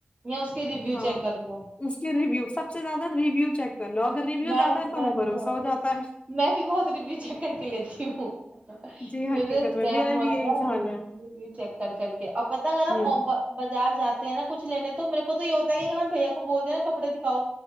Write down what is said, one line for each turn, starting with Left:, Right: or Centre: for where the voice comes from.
Right: یا اس کے ریویو
Left: ہاں
Right: چیک کر لو
Left: اس کے ریویو سب زیادہ ریویو چیک کر لو اگر ریویوز
Right: میں
Left: آتا ہے تو
Right: میں
Left: ہمیں
Right: بھی
Left: بھروسہ
Right: بہت
Left: ہو جاتا ہے
Right: میں بہت رپی چیک کر کے لیتی ہوں جیے
Left: جی حقیقت
Right: اسکیم
Left: میں میرا
Right: وغیرا
Left: بھی یہی
Right: بالکل
Left: حال ہے
Right: ری چیک کر کر کے اب پت اگر
Left: ہوں
Right: بازار جاتے تے ہیں نا کچ لینے تو میرے کو تو یہ ہوتا ہے کہ بھیا کو بولتے ہیںا کپڑے دکھاؤ